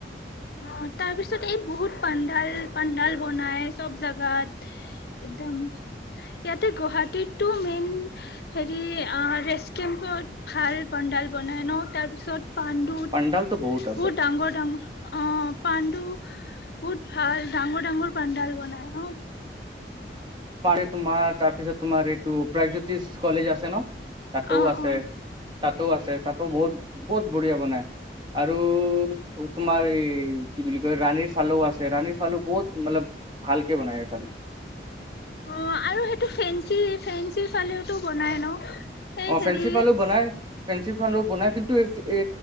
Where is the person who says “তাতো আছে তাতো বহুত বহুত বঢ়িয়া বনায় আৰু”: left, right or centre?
Right